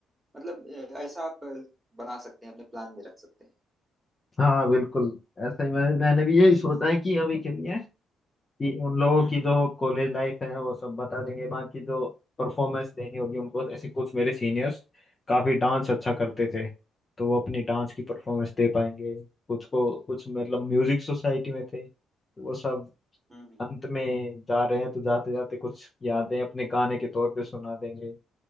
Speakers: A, on the right; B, on the left.
A: मतलब अ, ऐसा आप अ, बना सकते हैं अपने प्लान में रख सकते हैं
B: हाँ बिल्कुल ऐसा ही मैं, मैंने भी यही सोचा है कि अभी के लिए कि उन लोगों
A: हम्म
B: की जो
A: हम्म
B: कॉलेज लाइफ है वो सब बता देंगे बाकी जो परफॉर्मेंस देनी होगी उनको ऐसे कुछ मेरे सीनियर्स काफी डांस अच्छा करते थे तो वो अपनी डांस की परफॉर्मेंस दे पाएंगे कुछ को कुछ मतलब म्यूजिक सोसाइटी में थे तो वो सब
A: हम्म हम्म,
B: अंत में जा रहे हैं तो जाते जाते कुछ यादें अपने गाने के तौर पे सुना देंगे